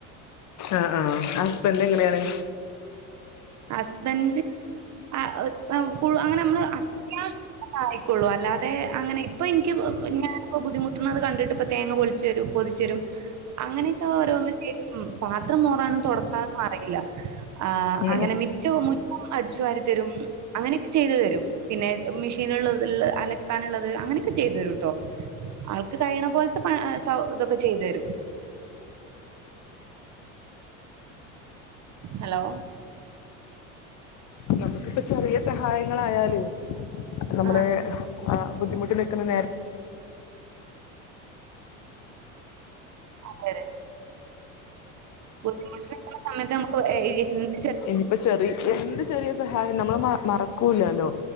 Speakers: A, on the left; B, on the right.
A: ആഹ് ആഹ് ഹസ്ബൻ്റ് എങ്ങനെയാണ്?
B: ഹസ്ബൻഡ് ആഹ് <unintelligible> അങ്ങനെ നമ്മള് അത്യാവശ്യ ആയിക്കൊള്ളൂ അല്ലാതെ അങ്ങനെ ഇപ്പൊ ഇനിക്ക് ഞാനിപ്പോ ബുദ്ധിമുട്ടുന്നത് കണ്ടിട്ട് ഇപ്പ തേങ്ങ പൊളിച്ചു തരും പൊത് ച്ചെരും അങ്ങനെയൊക്കെ ഓരോന്നും ചെയ്യും പാത്രം മോറാനും തൊടക്കാനൊന്നും അറിയില്ല ആഹ്
A: ഉം
B: അങ്ങനെ
A: ഉം
B: മിറ്റവും മുറ്റ് അടിച്ചു വാരി തരും അങ്ങനെയൊക്കെ ചെയ്തു തരും പിന്നെ മിഷീന്ള്ളത് <unintelligible> ഇള്ളത് അലക്കാനുള്ളത് അങ്ങനെയൊക്കെ ചെയ്തു തരൂട്ടോ ആൾക്ക് കഴിയണ പോലത്തെ പ സൗ ഇതൊക്കെ ചെയ്തു തരും. ഹലോ
A: നമ്മക്കിപ്പ ചെറിയ സഹായങ്ങളായാലെ നമ്മള്
B: ആഹ്
A: ആഹ് ബുദ്ധിമുട്ടിനിക്കുന്ന നേര
B: അതെ അതെ ബുദ്ധിമുട്ടി നിക്കണ സമയത്ത് നമ്മക്ക് എ ഏ ഈ ചി
A: എനിയിപ്പ ചെറി എന്ത് ചെറിയ സഹായം നമ്മള് മ മറക്കൂല്ലല്ലോ?